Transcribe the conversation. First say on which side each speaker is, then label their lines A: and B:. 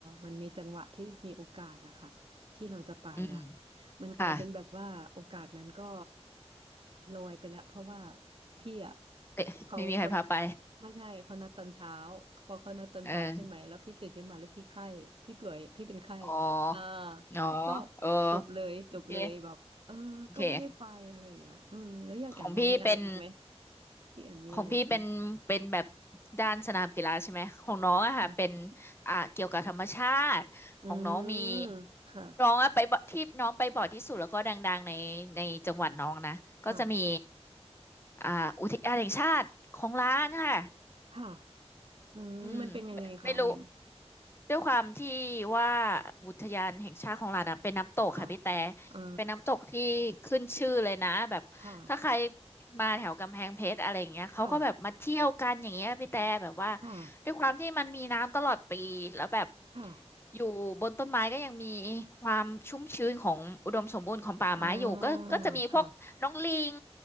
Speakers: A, on the right; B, on the left.
A: มันมีจังหวะที่มีโอกาสอะค่ะที่เราจะไปอะ
B: อืม
A: มันกลายเป็นแบบว่าโอกาสนั้นก็
B: ค่ะ
A: ลอยไปแล้วเพราะว่า พี่อ่ะ
B: เอ๊ะไม่มีใครพาไป
A: เขาเขาไม่ใช่เขานัดตอนเช้าพอเขานัดตอนเช้าใช่ไหมแล้วพี่ตื่นขึ้นมาแล้วพี่ไข้พี่ป่วยพี่เป็นไข้
B: เอออ๋อ
A: อ่า
B: อ๋อ
A: ก็
B: เออ
A: จบเลยจบเลยแบบเออก็ไม่ได้ไปอะไรอย่างเงี้ยเออแล้วอย่างแอมมามีอะไรอีกไหม
B: โอเคโอเค ของพี่เป็น
A: พี่แอมมีอะไรอีกไหม
B: ของพี่เป็นเป็นแบบด้านสนามกีฬาใช่ไหมของน้องอะค่ะเป็น
A: คะ
B: อ่าเกี่ยวกับธรรมชาติของน้องมี
A: อืมค่ะ
B: น้องอะไปบ่ที่น้องไปบ่อยที่สุดแล้วก็ดังๆในในจังหวัดน้องนะก็จะมี
A: ค่ะ
B: อ่าอุทยานแห่งชาติของล้านค่ะ
A: ค่ะอืมมันเป็นยังไงคะอันเนี่ย
B: อืมไม่ไม่รู้ ด้วยความที่ว่าอุทยานแห่งชาติของเรานะเป็นน้ำตกค่ะพี่แต่
A: ค่ะอ่า
B: เป็นน้ำตกที่ขึ้นชื่อเลยนะแบบถ้าใคร
A: ค่ะ
B: มาแถวกำแพงเพชรอะไรอย่างเงี้ยเขาก็แบบมาเที่ยวกันอย่างเงี้ยพี่แต่แบบว่า
A: ค่ะค่ะ
B: ด้วยความที่มันมีน้ำตลอดปีแล้วแบบ
A: ค่ะ
B: อยู่บนต้นไม้ก็ยังมีความชุ่มชื้นของอุดมสมบูรณ์ของป่าไม้อยู่ก็ก็จะมีพวกน้องลิง
A: อ่าค่ะ